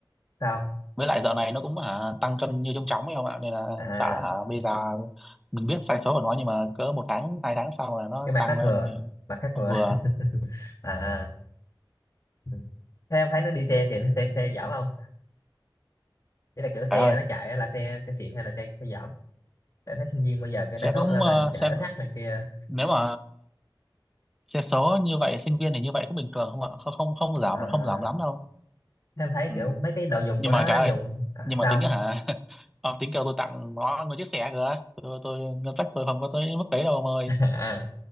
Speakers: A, on the left; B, in the centre.
A: sao
B: với lại dạo này nó cũng hả, tăng cân như trông chóng ấy ông ạ nên là
A: à
B: sợ hả, bây giờ mình biết sai số của nó nhưng mà cỡ một tháng hai tháng sau là nó
A: cái mặt
B: tăng
A: khách
B: lên
A: vừa
B: thì
A: mặt khách
B: không
A: vừa
B: vừa
A: <laughs> à ừ. thế em thấy nó đi xe xịn nó xe xe dở không Đấy là kiểu xe
B: phải ơi
A: nó chạy là xe xe xịn hay là xe xe dởm để thấy sinh viên bây giờ cái
B: sẽ
A: đa số
B: cũng
A: người ta
B: ờ,
A: toàn chạy
B: sẽ
A: ét hát này kia
B: nếu mà xe số như vậy sinh viên thì như vậy có bình thường không ạ không không không giảm
A: à,
B: là không giảm lắm đâu
A: thế em thấy
B: ừ.
A: kiểu mấy cái đồ dùng
B: nhưng
A: của nó
B: mà trời
A: dùng
B: ơi
A: à,
B: nhưng mà
A: sao
B: tính á hả <laughs> ông tính kêu tôi tặng nó một chiếc xe kìa tôi, tôi ngân sách tôi không có tới mức đấy đâu ông ơi
A: <laughs> à,